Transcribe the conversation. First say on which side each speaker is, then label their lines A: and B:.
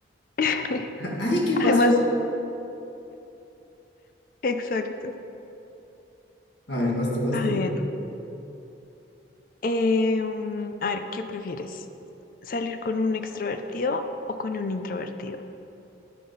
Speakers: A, on the left (about 45°); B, on the left (about 70°).
A: <laughs>
B: Ay, ¿qué
A: Además,
B: pasó?
A: exacto.
B: A ver, vas tú, vas
A: A
B: tú.
A: ver, em, a ver, ¿qué prefieres? ¿Salir con un extrovertido o con un introvertido?